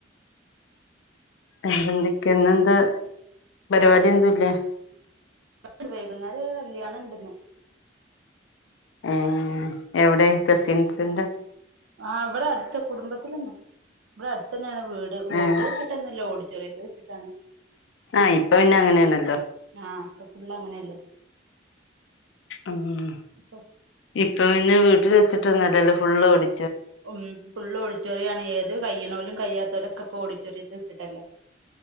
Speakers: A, on the left (about 70°); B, on the right (about 85°).
A: അ എന്തൊക്കെയാണ് പരിപാടി ന്തും ഇല്ലേ
B: ആഹ് വൈകുന്നേരം കല്യാണം ഉണ്ട് ഇന്ന്
A: ആഹ് എവിടെ കസിൻസിന്റെ
B: ആ അവിടെ അടുത്ത കുടുംബതിലെന്നെ ഇവിടെ അടുത്ത തന്നെയാണ് വീട് വീട്ടിൽ
A: ഏഹ്
B: വെച്ചിട്ടൊന്നുമല്ല ഓഡിറ്റോറിയ അതേ വെച്ചിട്ടാണ്
A: ആഹ് ഇപ്പൊ പിന്നെ അങ്ങനെയണല്ലോ
B: ആ ഇപ്പൊ ഫുള്ള് അങ്ങനെയല്ലേ
A: ആഹ്
B: ഇപ്പൊ
A: ഇപ്പൊ പിന്നെ വീട്ടിൽ വച്ചിട്ടൊന്നുമല്ലല്ലോ ഫുള്ള് ഓഡി
B: മ് ഫുള്ള് ഓഡിറ്റോറിയം ആണ് ഏത് ക കഴിയുന്നവരും കഴിയാത്തവരും ഒക്കെ ഇപ്പൊ ഓഡിറ്റോറിയത്തിൽ വെച്ചിട്ടല്ലേ